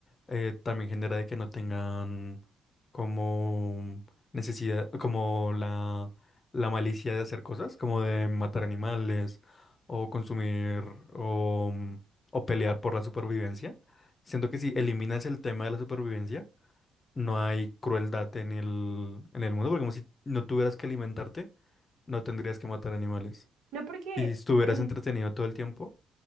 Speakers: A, on the left; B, on the right.
A: eh, también genera de que no tengan como necesidad, como la, la malicia de hacer cosas, como de matar animales o consumir o, o pelear por la supervivencia. Siento que si eliminas el tema de la supervivencia, no hay crueldad en el, en el mundo, porque como si no tuvieras que alimentarte, no tendrías que matar animales
B: No porque
A: y si estuvieras
B: el,
A: entretenido todo el tiempo,